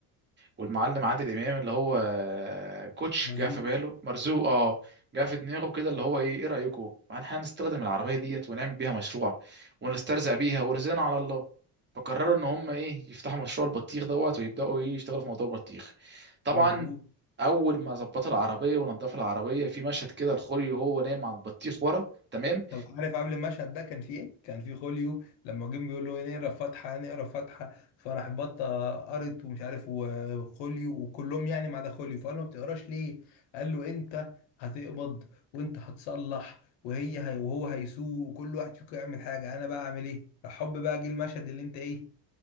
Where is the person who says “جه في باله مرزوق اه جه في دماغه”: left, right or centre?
Right